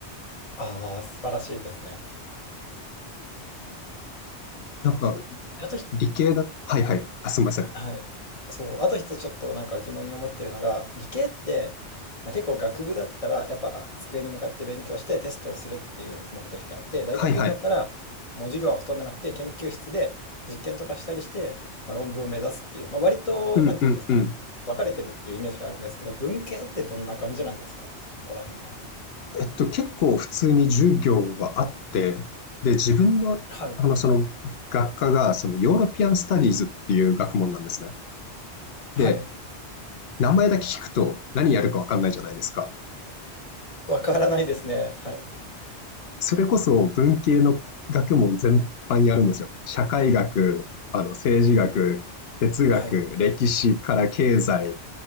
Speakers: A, on the left; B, on the left.
A: ああ、素晴らしいですね。
B: なんか
A: あとひ
B: 理系だ、はいはい、あ、すみません。
A: はい。そう、あと一つちょっとなんか疑問に思ってるのが、理系って、まあ、結構学部だったらやっぱ机に向かって勉強してテストをするっていう目的があって、大学院だったらもう授業はほとんどなくて研究室で実験とかしたりして、
B: はいはい。
A: まあ、論文を目指すっていう、まあ、割となんていうんですかね、
B: うんうんうん。
A: 分かれてるっていうイメージがあるんですけど、文系ってどんな感じなんですか、そこら辺は。
B: えっと、結構普通に授業はあって、で、自分の、
A: はい。
B: あの、その学科が、そのヨーロピアンスタディーズっていう学問なんですね。
A: はい。
B: で、名前だけ聞くと何やるか分かんないじゃないですか。
A: わからないですね。はい。
B: それこそ文系の学問全般やるんですよ。社会学、あの政治学、哲学、
A: はい。
B: 歴史から経済